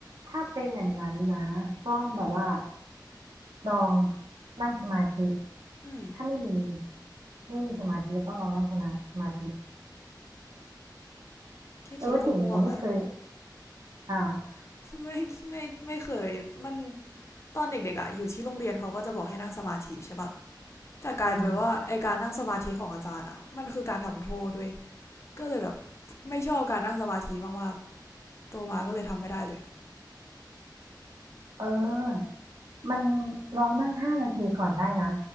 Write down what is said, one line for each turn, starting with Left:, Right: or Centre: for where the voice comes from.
Right: ถ้าเป็นอย่างนั้นนะต้องแบบว่า
Left: อือหือ
Right: ลองนั่งสมาธิ
Left: อืม
Right: ถ้าไม่มีถ้าไม่มีสมาธิก็ต้องลองนั่งสมาสมาธิ
Left: แค่คิดก็ง่วงแล้ว
Right: แต่ว่าถิ่นยังไม่เคยอ้าว
Left: <laughs> ไม่ไม่ไม่เคยมันตอนเด็กๆอ่ะอยู่ที่โรงเรียนเขาก็จะบอกให้นั่งสมาธิใช่ปะแต่กลายเป็นว่าไอการนั่งสมาธิของอาจารย์อ่ะมันคือการทำโทษด้วย
Right: อืม
Left: ก็เลยแบบไม่ชอบการนั่งสมาธิมากๆโตมาก็เลยทำไม่ได้เลย
Right: เออมันลองนั่งห้านาทีก่อนได้นะ